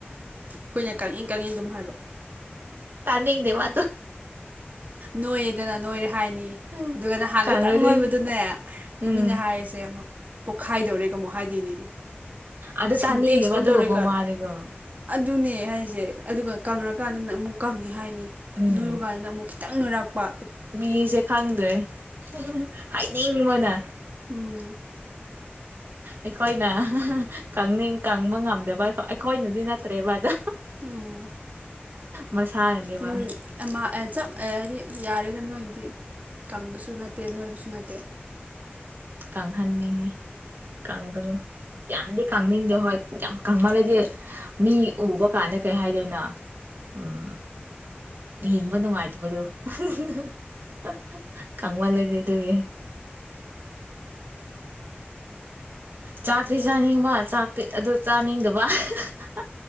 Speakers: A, on the right; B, on the right.
A: ꯑꯩꯈꯣꯏꯅ ꯀꯪꯢ ꯀꯪꯉꯦ ꯑꯗꯨꯝ ꯍꯥꯏꯕ
B: ꯇꯥꯥꯟꯅꯤꯡꯗꯦ ꯋꯥꯠ
A: ꯅꯣꯏꯌꯦꯗꯅ ꯅꯣꯏꯔꯦ ꯍꯥꯏꯅꯤ
B: ꯎꯝ
A: ꯑꯗꯨꯒ ꯅꯍꯥꯟ
B: ꯀꯪꯔꯗꯤ
A: ꯈꯤꯇꯪ ꯅꯣꯏꯕꯗꯨꯅꯦ
B: ꯎꯝ
A: ꯃꯤꯅ ꯍꯥꯏꯔꯤꯁꯦ ꯑꯃꯨꯛ ꯄꯣꯈꯥꯏꯗꯣꯔꯦ ꯑꯃꯨꯛ ꯍꯥꯏꯗꯣꯏꯅꯤꯅꯦ
B: ꯑꯗꯨ
A: ꯁꯤꯟꯇꯦꯛꯁ
B: ꯇꯥꯅꯤꯡꯗꯦꯕ
A: ꯑꯣꯟꯗꯧꯔꯦꯒ
B: ꯑꯗꯨꯒꯨꯝꯕ ꯋꯥꯗꯤꯀꯣ
A: ꯑꯗꯨꯅꯦ ꯍꯥꯏꯁꯦ ꯑꯗꯨꯒ ꯀꯪꯔꯛ ꯀꯥꯟꯅꯅ ꯑꯃꯨꯛ ꯀꯪꯉꯤ ꯍꯥꯏꯅꯤ
B: ꯎꯝ
A: ꯅꯣꯢꯕ ꯀꯥꯟꯗꯅ ꯃꯨꯛ ꯇꯪꯅꯔꯛꯄ
B: ꯃꯤꯁꯦ ꯈꯪꯗꯦ ꯍꯦ ꯍꯦ ꯍꯦ ꯍꯥꯏꯅꯤꯡꯕꯅ
A: ꯎꯝ
B: ꯑꯩꯈꯣꯢꯅ ꯍꯥ ꯍꯥ ꯀꯪꯅꯤꯡ ꯀꯪꯕ ꯉꯝꯗꯕ ꯀꯣ ꯑꯩꯈꯣꯏꯅꯗꯤ ꯅꯠꯇ꯭ꯔꯦꯕ ꯑꯗꯣ
A: ꯎꯝ
B: ꯃꯁꯥꯅꯅꯦꯕ
A: ꯎꯝ ꯑꯃ ꯑꯦ ꯆꯞ ꯑ ꯍꯥꯢꯗꯤ ꯌꯥꯔꯦꯗꯥ ꯅꯣꯢ ꯍꯥꯏꯗꯤ ꯀꯪꯕꯁꯨ ꯅꯠꯇꯦ ꯅꯣꯏꯕꯁꯨ ꯅꯠꯇꯦ
B: ꯀꯪꯍꯟꯅꯤꯡꯉꯦ ꯀꯪꯕꯗꯨ ꯌꯥꯝꯗꯤ ꯀꯪꯅꯤꯡꯗꯦ ꯍꯣꯏ ꯌꯥꯝ ꯀꯪꯃꯜꯂꯗꯤ ꯃꯤ ꯎꯕ ꯀꯥꯟꯗ ꯀꯩ ꯍꯥꯏꯗꯣꯏꯅꯣ ꯎꯝ ꯍꯤꯡꯕ ꯅꯨꯉꯥꯢ ꯕꯗꯨ ꯎꯍꯝ ꯍꯝ ꯍ ꯈꯪꯃꯟꯂꯤꯅꯦ ꯑꯗꯨꯒꯤ ꯆꯥꯛꯇꯤ ꯆꯥꯅꯤꯡꯕ ꯆꯥꯛꯇꯣ ꯑꯗꯣ ꯆꯥꯅꯤꯡꯗꯕ ꯍꯥ ꯍꯥ ꯍꯥ